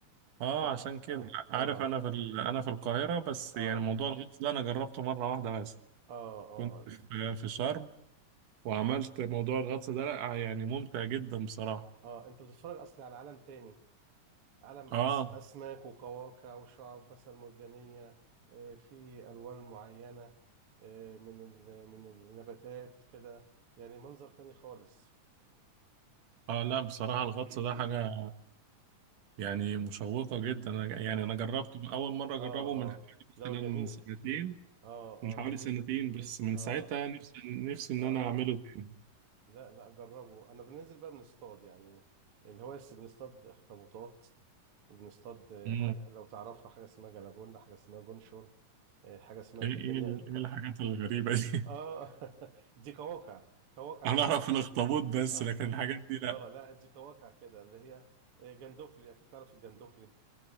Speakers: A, on the right (about 80°); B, on the right (about 50°).
A: اه
B: ف
A: عشان كده
B: اه اه
A: عارف انا في ال... انا في القاهره بس
B: اه
A: يعني موضوع الغطس ده انا جربته مره واحده بس
B: اه اه,
A: كنت في في شرم وعملت موضوع الغطس ده لا يعني ممتع جدا بصراحه
B: آه. انت بتتفرج اصلي على عالم تاني عالم
A: اه
B: أس أسماك وقواقع وشعاب مثلا مرجانية آه، في ألوان معينة آه، من ال- من النباتات كده يعني منظر تاني خالص
A: اه لا بصراحه الغطس
B: <clears throat>
A: ده حاجه يعني مشوقه جدا أنا- يعني
B: اه
A: انا جربته اول مره اجربه
B: اه
A: من حوالي
B: اه لا جميل
A: مثلا سنتين
B: اه
A: من حوالي
B: اه جميل
A: سنتين بس من
B: اه
A: ساعتها نفسي نفسي إن
B: اه
A: أنا أعمله تاني
B: لا لا جربه انا بننزل بقى بنصطاد يعني الهواية بس بنصطاد اخطبوطات وبنصطاد آه،
A: مم.
B: حاجة لو تعرفها حاجة اسمها جلاجولا حاجة اسمها جونشور آه، حاجة اسمها
A: إيه
B: ختان
A: إيه ال-
B: يعني
A: إيه الحاجات الغريبة دي؟
B: اه
A: <laughs>
B: <laughs> دي كواكع كواكع
A: أنا
B: البحر
A: أعرف الأخطبوط بس
B: اه
A: لكن الحاجات دي لأ
B: اه لا دي كواكع كده اللي هي آه، جندوفلي اكيد تعرف الجندوفلي